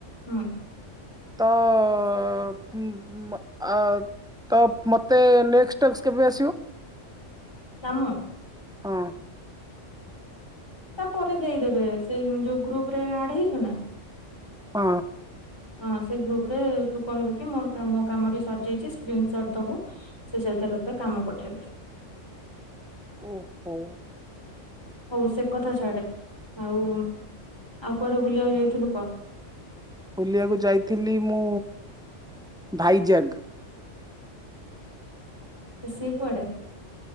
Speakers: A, on the left; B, in the centre.
A: ହଁ।
B: ତ ଉଁ ଅ ତ ମତେ ନେକ୍ସଟ୍ ଟାସ୍କ କେବେ ଆସିବ?
A: କାମ
B: ହଁ।
A: ତା ପରେ ଦେଇଦେବେ ସେଇ ଯୋଉ ଗ୍ରୁପ ରେ ଆଡ ହେଇଛୁ ନା?
B: ହଁ।
A: ହଁ ସେଇ ଗ୍ରୁପରେ ତୁ କହିବୁ କି ମୋର ମୋ କାମ କାମଟି ସରିଯାଇଛି ସ୍କ୍ରିଣ୍ଟସୋଟ ଦବୁ। ସେ ସେଥିରେ ତତେ କାମ ପଠେଇବେ।
B: ଓହୋ।
A: ହଉ ସେ କଥା ଛାଆଡେ ଆଉ ଆଉ କୁଆଡେ ବୁଲିବାକୁ ଯାଇଥିଲୁ କହ?
B: ବୁଲିବାକୁ ଯାଇଥିଲି ମୁଁ ଭାଇଜାଗ
A: ସିଏ କୁଆଡେ?